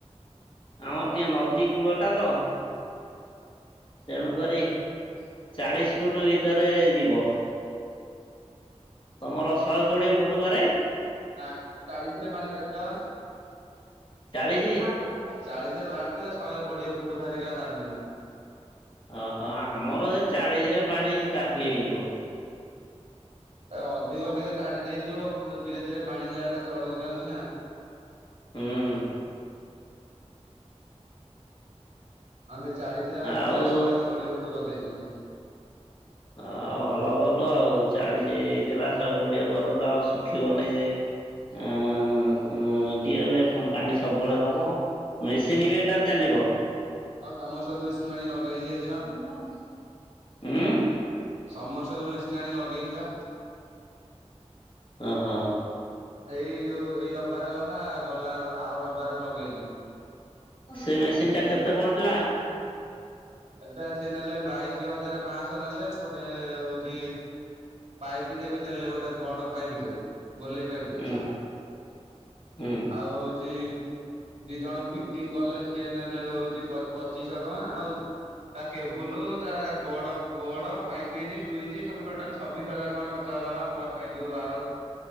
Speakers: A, on the left; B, on the right.
A: ଆମର ଟିକେ ନଦୀ କୂଳଟା ତ। ତେଣୁ କରି ଚାଳିଶ ଫୁଟ ଭିତରେ ଯିବ। ତମର ଶହେ କୋଡିଏ ଫୁଟ ପାରେ।
B: ନା ଚାଳିଶ ରେ ପାଣି ବାହାରିଥିଲାପା।
A: ଚାଳିଶି?
B: ଚାଳିଶ ରେ ବାହାରିଥିଲା ଶହେ କୋଡିଏ ଫୁଟ ପରିକା ତାଡିଥିଲି।
A: ଓହୋ ଆମର ଏ ଚାଳିଶ ରେ ପାଣି କାଫି ହେଇଯିବ।
B: ଏ ଅଧିକ ଟିକେ ତାଡି ଦେଇଥିବ ଧୀରେ ଧୀରେ ପାଣି ଲେୟାର ଟା ତଳକୁ ଯାଉଛି ନା।
A: ହୁଁ।
B: ଆମର ସେ ଚାଳିଶିରେ ବାହାରିଥିଲା
A: ଆଉ
B: ଶହେ କୋଡିଏ ଫୁଟ କରିଦେଇ ଥିନୁ।
A: ହଉ ଭଲ କଲୁ ଆଉ ଚାଳିଶ ହେଇଥିଲା ଶହେ କୋଡିଏ କରିଦେଲୁ ଆଉ ଶୁଖିବ ବନିଜେ। ଉଁ ଉଁ ଟିଅଲ ରେ ପାଣି ସବୁବେଳେ ଦବ। ମେସିନ୍ ବି ଏଟାରେ ଚାଲିବ।
B: ହଁ ସମର୍ଥନ ସେବୁଲ ମେସିନ୍ ଆଣିକି ଲଗେଇଲିି।
A: ହାଲୋ ହୁଁ।
B: ସମରସ ସେବୁଲ ମେସିନ୍ ଆଣି ଲଗେଇନି ବା।
A: ଓ ହଁ।
B: ଏଇ ଯୋଉ ଏଇ ରବିବାର ଗଲା ଗଲା ଆର ରବିବାରରେ ଲଗେଇଲି।
A: ସେ ମେସିନ୍ ଟା କେତେ ପଡିଲା?
B: ଏଟା ସିଏ ନେଲେ ବାଇଶି ହଜାର ପାଞ୍ଚଶହ ନେଲେ ପଟେ ହଉଛି। ପାଇପ୍ ଟେ ବି ଦେଲେ ଗୋଟେ ବଡ ପାଇପ୍ ଟେ। ଗୋଲେଇ ପାଇବି ଟେ
A: ହୁଁ ହୁଁ।
B: ଆଉ ହଉଛି ଦି ଜଣ ଫିଟିଙ୍ଗ କଲେ ସିଏ ନେଲେ ହଉଛି ପ ପଚିଶହ ଟଙ୍କା ଆଉ। ତା କେବୁଲ ତା ବୋର୍ଡ ବୋର୍ଡ ଫାଇପ ପିନ ସୁଇଜି ସବୁ ଟୋଟାଲ ଛବିଶ ହଜାର ଟା ଖର୍ଚ ହେଲା ବା ଏ ଯଉ ଆ